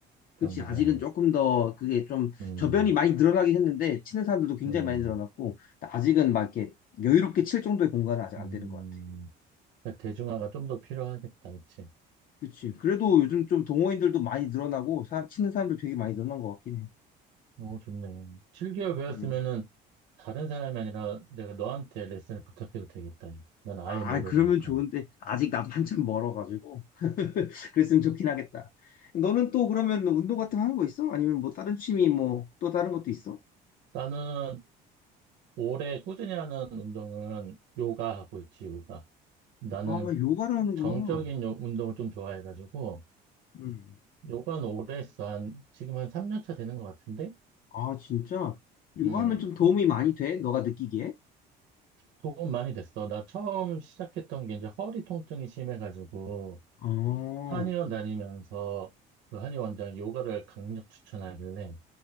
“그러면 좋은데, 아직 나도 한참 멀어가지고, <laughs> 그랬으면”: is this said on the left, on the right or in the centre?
Left